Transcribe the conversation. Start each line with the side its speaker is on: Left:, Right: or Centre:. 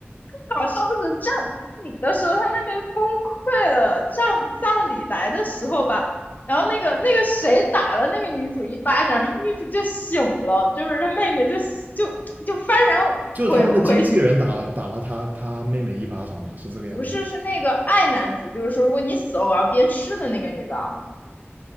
Left: 更搞笑的是，葬葬礼的时候，她妹妹崩溃了。葬葬礼来的时候吧，然后那个那个谁打了那个女主一巴掌，然后女主就醒了，就是她妹妹就就就幡然悔悔醒
Right: 就是他们的经纪人打了打了他他妹妹一巴掌嘛，是这个样子吗？
Left: 不是，是那个爱男主，就是说如果你死了，我要鞭尸的那个女的。